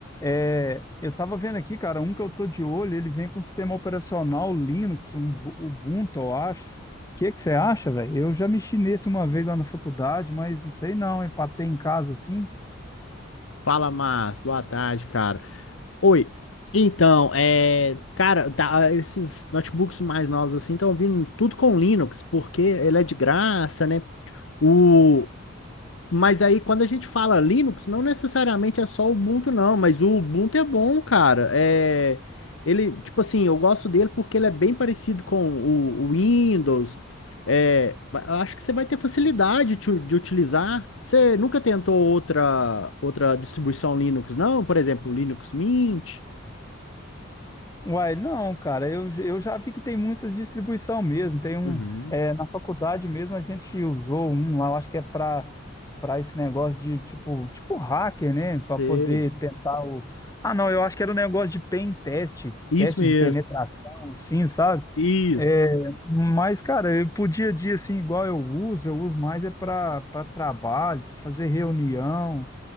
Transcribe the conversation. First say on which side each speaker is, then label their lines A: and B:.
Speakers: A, on the left; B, on the left.
A: É, Eu tava vendo aqui, cara, um que eu tô de olho, ele vem com um sistema operacional Linux, um Bu- Ubuntu, eu acho. O que que você acha, velho? Eu já mexi nesse uma vez lá na faculdade, mas não sei não, hein? Pra ter em casa assim.
B: Fala, Márcio. Boa tarde, cara. Oi. Então, é, cara, tá, esses notebooks mais novos assim estão vindo tudo com Linux, porque ele é de graça, né? O, mas aí, quando a gente fala Linux, não necessariamente é só o Ubuntu, não. Mas o Ubuntu é bom, cara. É... Ele, tipo assim, eu gosto dele porque ele é bem parecido com o, o Windows. É... ba- eu Acho que você vai ter facilidade de, u- de utilizar. Você nunca tentou outra, outra distribuição Linux, não? Por exemplo, Linux Mint.
A: Uai, não, cara, eu, eu já vi que tem muitas distribuição mesmo. Tem um,
B: Uhum,
A: é, na faculdade mesmo a gente usou um lá, eu acho que é para para esse negócio de tipo, tipo hacker, né?
B: sei.
A: Para poder tentar o. Ah, não, eu acho que era um negócio de pen test,
B: Isso
A: teste
B: mesmo.
A: de penetração, assim, sabe?
B: Isso.
A: É, mas, cara, eu pro dia a dia, assim, igual eu uso, eu uso mais é para para trabalho, para fazer reunião.